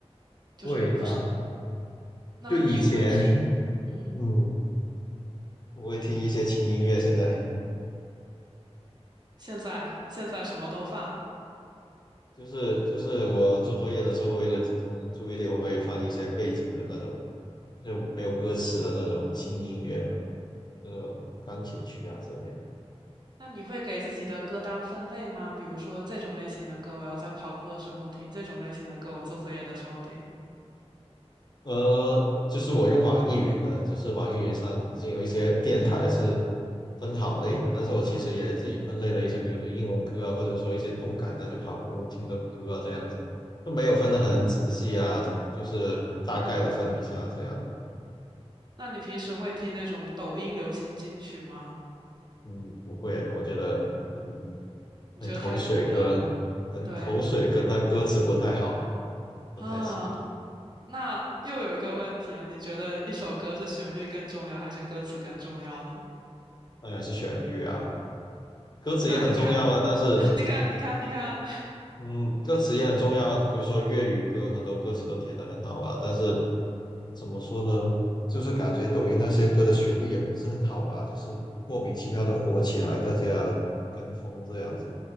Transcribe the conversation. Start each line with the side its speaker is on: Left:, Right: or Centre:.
Right: 就是不是？
Left: 会吧？
Right: 那你会听？
Left: 就以前，
Right: 嗯，
Left: 嗯，我会听一些轻音乐，现在。
Right: 现在现在什么都放。
Left: 就是就是我做作业的时候，为了集中注意力，我会放一些背景的那种，就没有歌词的那种轻音乐吧，就是钢琴曲啊之类的。
Right: 那你会给自己的歌单分类吗？比如说这种类型的歌，我要在跑步的时候听；这种类型的歌，我做作业的时候听。
Left: 呃，就是我用网易云的，就是网易云上已经有一些电台是分好类的，但是我其实也自己分类了一些，比如说英文歌啊，或者说一些动感的，就跑步听的歌啊这样子，就没有分得很仔细啊，
Right: 嗯。
Left: 就就是大概的分一下这样。
Right: 那你平时会听那种抖音流行金曲吗？
Left: 嗯，不会，我觉得很
Right: 你觉得太土了？
Left: 很口水歌，很口水歌，
Right: 对，
Left: 它歌词不太好，
Right: <laughs>
Left: 不太行。
Right: 啊，那又有一个问题啊，你觉得一首歌是旋律更重要还是歌词更重要呢？
Left: 当然是旋律啊，歌词也很重要啊。
Right: 那你看，
Left: 但是，
Right: <laughs> 你看，你看，你看，
Left: 嗯，歌词也很重要啊。比如说粤语歌，很多歌词都填得很好啊。但是怎么说呢？就是感觉抖音那些歌的旋律也不是很好吧，就是莫名其妙的火起来，大家跟风这样子。